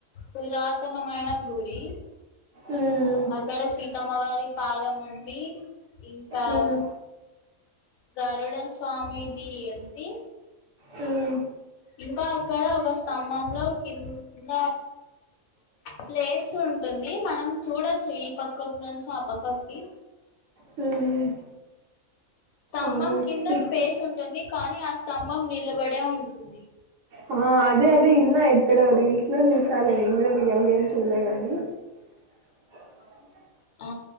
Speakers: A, on the left; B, on the right.
A: పురాతనమైన గుడి
B: మ్మ్.
A: అక్కడ సీతమ్మవారి పాదం ఉండి ఇంకా
B: మ్మ్.
A: గరుడ స్వామిది ఎంది
B: మ్మ్
A: ఇంకాక్కడ ఒక స్తంభంలో కింద ప్లేస్ ఉంటుంది మనం చూడచ్చు ఈ పక్కకి నుంచి ఆ పక్కకికి
B: మ్మ్
A: స్తంభం
B: అవును
A: కింద
B: ఇక్కడ
A: స్పేస్ ఉంటుంది కానీ అ స్త్ స్తంభం నిలబడే ఉంటుంది
B: ఆ అదే అదే ఇనా ఎ ఇక్కడ రీల్స్ లో చూసాలే నేన్ కూడా రియల్ గా ఎం చూడలే గాని <unintelligible>
A: ఆ